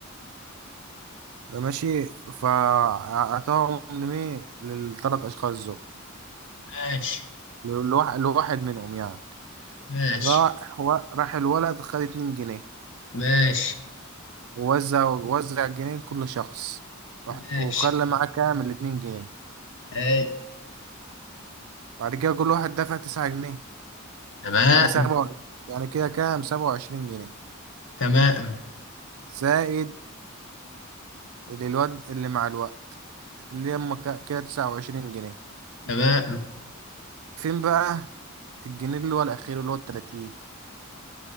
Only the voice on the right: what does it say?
ماشي فأعطاهم لمين للثلاث أشخاص دول
لواحد لواحد منهم يعني
راح و... راح الولد خد اتنين جنيه
ووزع وزع الجنيه لكل شخص رحت-
وخلى معاه كام الاتنين جنيه
بعد كده كل واحد دفع تسعة جنيه
يعني سبعة يعني كده كام سبعة وعشرين جنيه
زائد اللي الواد اللي مع الوقت اللي هما ك- كده تسعة وعشرين جنيه
فين بقى الجنيه اللي هو الأخير اللي هو التلاتين